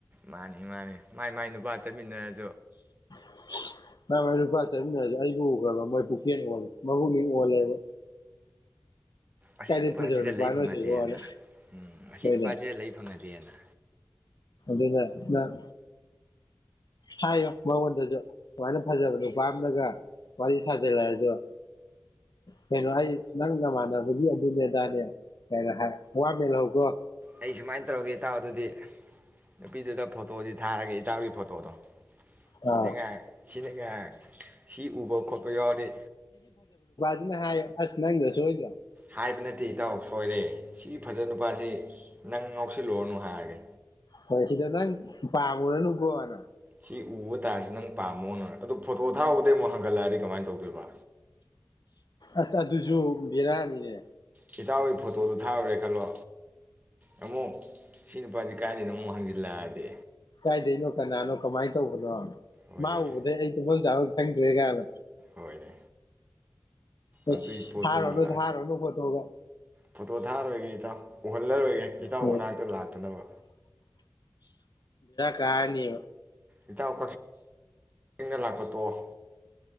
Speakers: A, on the right (about 20°); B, on the left (about 65°).
A: ꯃꯥꯅꯤ ꯃꯥꯅꯤ ꯃꯥꯏ ꯃꯥꯏ ꯅꯨꯄꯥ ꯆꯠꯃꯤꯟꯅꯔꯁꯤ
B: <inaudible> ꯃꯥꯏ ꯂꯨꯄꯥ ꯇꯔꯃꯤꯟꯅꯁꯦ ꯑꯩꯕꯨ ꯎꯈ꯭ꯔꯕ ꯃꯣꯏ ꯄꯨꯀꯦ ꯑꯣꯜꯂꯦ ꯃꯒꯨꯅꯤ ꯑꯣꯜꯂꯦꯕ
A: ꯑꯁꯤ
B: ꯀꯥꯏꯗꯩ
A: ꯅꯨꯄꯥꯁꯤꯗ
B: ꯐꯖꯕ ꯅꯨꯄꯥꯅꯣ
A: ꯂꯩ ꯐꯪꯉꯗꯦꯅ
B: ꯁꯤꯕꯣꯅ
A: ꯎ ꯑꯁꯤ
B: ꯍꯣꯏꯅꯦ
A: ꯅꯨꯄꯥꯁꯤꯗ ꯂꯩ ꯐꯪꯉꯗꯦꯅ
B: ꯑꯗꯨꯅ ꯅꯪ ꯍꯥꯏꯌꯣ ꯃꯉꯣꯟꯗꯁꯨ ꯁꯨꯃꯥꯏꯅ ꯐꯖꯕ ꯅꯨ ꯄꯥꯝꯂꯒ ꯋꯥꯔꯤ ꯁꯥꯖꯜꯂꯛꯑꯁꯨ ꯀꯩꯅꯣ ꯑꯩ ꯅꯪ ꯅꯃꯥꯟꯅꯕꯒꯤ ꯑꯗꯨꯅꯦ ꯑꯗꯥꯅꯦ ꯀꯩꯅꯣ ꯍꯥꯏ ꯋꯥ ꯃꯦꯜꯍꯧꯈꯣ
A: ꯑꯩ ꯁꯨꯃꯥꯏꯅ ꯇꯧꯔꯒꯦ ꯇꯥꯎ ꯑꯗꯨꯗꯤ ꯅꯨꯄꯤꯗꯨꯗ ꯐꯣꯇꯣꯗꯤ ꯊꯥꯔꯒꯦ ꯏꯇꯥꯎꯒꯤ ꯐꯣꯇꯣꯗꯣ
B: ꯑꯥ
A: ꯁꯤꯅ ꯉꯥꯏ ꯁꯤꯅ ꯉꯥꯏ ꯁꯤ ꯎꯕ ꯈꯣꯠꯄ ꯌꯥꯎꯔꯦ
B: ꯑꯗꯨ ꯍꯥꯏ ꯐꯁ ꯅꯪꯗꯁꯁꯨ ꯍꯣꯏꯣ
A: ꯍꯥꯏꯕ ꯅꯠꯇꯦ ꯏꯇꯥꯎ ꯁꯣꯏꯔꯦ ꯁꯤ ꯐꯖ ꯅꯨꯄꯥꯁꯤ ꯅꯪ ꯉꯧꯁꯤꯜꯂꯨꯔꯅꯨ ꯍꯥꯏꯔꯒꯦ
B: ꯍ ꯁꯤꯈꯤꯗ ꯅ ꯄꯥꯕꯣꯔ ꯅꯨꯀꯣꯅ
A: ꯁꯤ ꯎꯕ ꯇꯥꯔꯁꯨ ꯅꯪ ꯄꯥꯝꯃꯣꯅ ꯑꯗꯨꯗꯣ ꯐꯣꯇꯣ ꯊꯥꯎꯕꯗꯩ ꯑꯃꯨꯛ ꯍꯪꯒꯠꯂꯛꯑꯗꯤ ꯀꯃꯥꯏꯅ ꯇꯧꯗꯣꯏꯕ
B: ꯑꯁꯆꯥ ꯑꯗꯨꯨꯁꯨ ꯕꯤꯔꯥꯅꯤꯅꯦ
A: ꯍꯤꯇꯥꯎꯒꯤ ꯐꯣꯇꯣꯗꯨ ꯊꯥꯔꯨꯔꯦ ꯈꯜꯂꯣ ꯑꯃꯃꯛ ꯁꯤ ꯑꯩꯗꯤ ꯀꯥꯏꯦꯅ ꯑꯃꯨꯛ ꯍꯪꯖꯤꯜꯂꯛꯑꯗꯤ
B: ꯀꯥꯏꯗꯅꯣ ꯀꯅꯥꯅꯣ ꯀꯃꯥꯏꯅ ꯇꯧꯕꯅꯣ
A: ꯍꯣꯏ
B: ꯃꯥ ꯑꯣꯗꯦ ꯑꯩ ꯇꯃꯣꯏ ꯌꯥ ꯊꯪ ꯍꯦꯒꯗ
A: ꯍꯣꯏꯅꯦ
B: ꯑꯁ
A: ꯑꯗꯨꯒꯤ ꯄꯣꯠꯇꯣꯅ
B: ꯊꯥꯔꯨꯔꯅꯨ
A: ꯂꯥꯛ
B: ꯊꯥꯔꯨꯔꯅꯨ ꯐꯣꯇꯣꯒ
A: ꯐꯣꯇꯣ ꯊꯥꯔꯔꯣꯏꯒꯦ ꯏꯇꯥꯎ ꯎꯍꯜꯂꯔꯣꯏꯒꯦ ꯏꯇꯥꯎ
B: ꯎꯝ
A: ꯃꯅꯥꯛꯇ ꯂꯥꯛꯇꯅꯕ
B: ꯀꯥꯅꯤ
A: ꯏꯗ ꯀ ꯆꯁꯤꯡꯅ ꯂꯥꯛꯄ ꯇꯣꯑꯣ